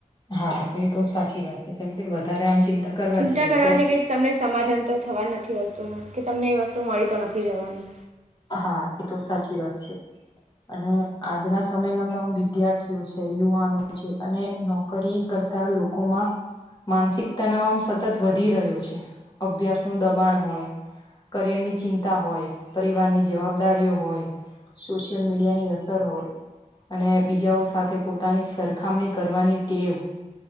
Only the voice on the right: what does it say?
ચિંતા
કરવાથી
કઈ તમને સમાધાન તો થવા નથી વસ્તુ ન કે તમને એ વસ્તુ મળી તો નથી જવાની.